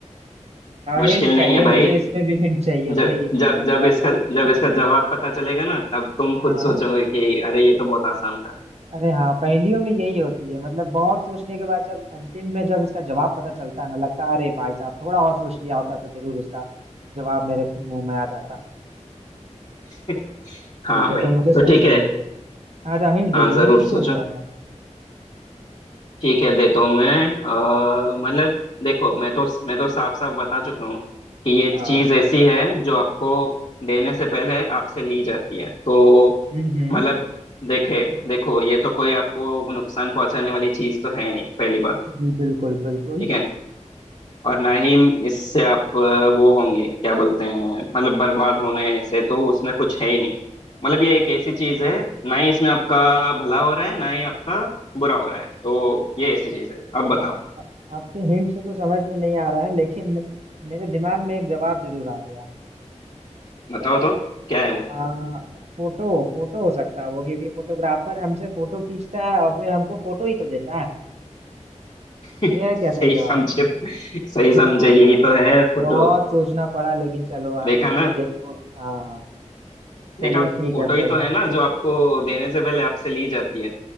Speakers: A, on the left; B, on the right.
A: मुश्किल
B: हिंट चाहिए
A: नहीं है भाई
B: मुझे इसमें भी हिंट चाहिए
A: जब
B: भाई मैं
A: जब जब
B: थोड़ा
A: इसका
B: सा
A: जब इसका जवाब पता चलेगा ना तब तुम
B: हाँ
A: खुद सोचोगे
B: हाँ
A: कि अरे ये तो बहुत आसान था
B: अरे हाँ पहेलियों में यही होती है मतलब बहुत सोचने के बाद जब अंतिम में जब इसका जवाब पता चलता है ना लगता है अरे भाई साहब थोड़ा और सोच लिया होता तो जरूर इसका जवाब मेरे मुंह में आ जाता
A: <laughs> हाँ
B: ठीक है
A: भाई
B: तो मुझे
A: तो
B: सोचने
A: ठीक है
B: दीजिए अच्छा हिंट दीजिए
A: हाँ जरूर
B: हिंट दीजिए
A: सोचो
B: ना थोड़ा सा
A: ठीक है देता हूँ मैं अ, मतलब देखो मैं तो मैं तो साफ साफ बता चुका हूँ कि ये
B: हाँ
A: चीज ऐसी है जो आपको देने से पहले आपसे ली जाती है तो
B: हम्म हम्म
A: मतलब देखे देखो ये तो कोई आपको नुकसान पहुंचाने वाली चीज तो है नहीं पहली बात
B: जी बिल्कुल बिल्कुल
A: ठीक है और ना ही इससे आप अ, वो होंगे क्या बोलते हैं मतलब बर्बाद होने से तो उसमें कुछ है ही नहीं मतलब ये एक ऐसी चीज
B: अच्छा
A: है ना ही इसमें आपका भला हो रहा है ना ही आपका बुरा हो रहा है तो ये ऐसी चीज है अब बताओ
B: आ, आपके हिंट से तो समझ में नहीं आ रहा है लेकिन मेरे दिमाग में एक जवाब जरूर आ गया है
A: बताओ तो क्या है वो
B: आ, फोटो फोटो हो सकता है वो क्योंकि फोटोग्राफर हमसे फोटो खींचता है और फिर हमको फोटो ही तो देता है
A: <laughs>
B: ये है
A: सही
B: क्या सही जवाब
A: समझे सही समझे
B: हाँ
A: यही तो है फोटो
B: बहुत सोचना पड़ा लेकिन चलो आखिर
A: देखा ना
B: में देखो हाँ
A: देखा
B: चलिए ठीक
A: फोटो
B: है
A: ही
B: फिर
A: तो है ना जो आपको देने से पहले आपसे ली जाती है